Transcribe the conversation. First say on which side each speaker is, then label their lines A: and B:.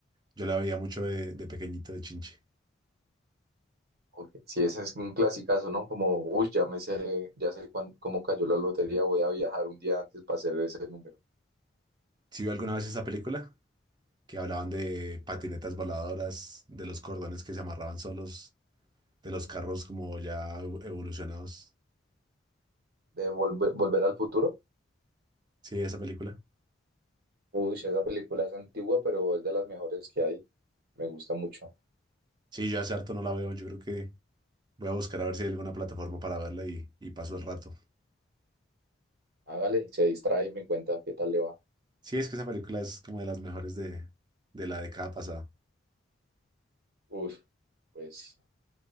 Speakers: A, on the right; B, on the right.
A: Yo la veía mucho de, de pequeñito, de chinche.
B: Ok, Sí, ese es un clasicazo, ¿no? Como, uy, ya me sé, ya sé cuán- cómo cayó la lotería, voy a viajar un día antes para hacer ese número.
A: ¿Sí vio alguna vez esa película? que hablaban de patinetas voladoras, de los cordones que se amarraban solos de los carros como ya evo- evolucionados.
B: De volver, volver al futuro,
A: Sí, esa película.
B: Uy, sí, esa película es antigua, pero es de las mejores que hay. Me gusta mucho.
A: Sí, yo hace harto no la veo. Yo creo que voy a buscar a ver si hay alguna plataforma para verla y, y paso el rato.
B: Hágale, se distrae y me cuenta qué tal le va.
A: Sí, es que esa película es como de las mejores de, de la década pasada.
B: Uf, pues